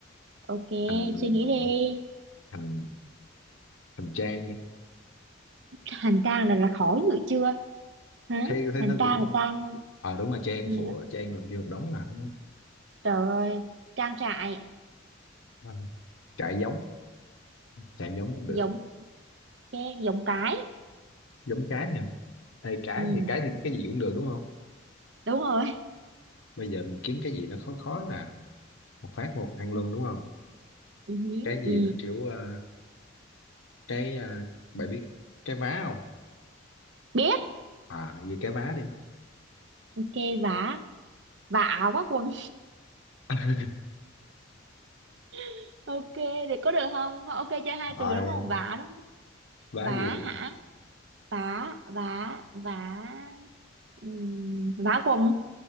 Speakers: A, on the right; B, on the left.
A: Ok,
B: thành
A: suy nghĩ đi.
B: thành thành trang đi
A: hành trang là là khó dữ chưa hả
B: thấy thấy
A: hành
B: nó
A: trang
B: cũng không
A: là trang
B: ờ đúng là trang
A: ừ,
B: phụ trang được kia một đống mà
A: trời ơi trang trại
B: Ừ. Trại giống trại giống cũng được
A: giống cái giống cái
B: giống trái nha Ê, trái
A: ừ,
B: thì cái thì cái gì cũng được đúng không
A: đúng rồi
B: bây giờ mình kiếm cái gì nó khó khó là một phát một ăn
A: ừ,
B: luôn đúng không
A: ừ,
B: cái
A: ừ.
B: gì nó kiểu ờ, cái ờ, bạn biết cái vá không
A: biết
B: à về cái vá đi
A: ok vả vả áo vá quần
B: <laughs>
A: <laughs> ok thì có được không ok chơi hai
B: rồi
A: từ đúng không vả đúng không?
B: vá
A: vả
B: gì
A: hả vả vả vả ừ, vả quần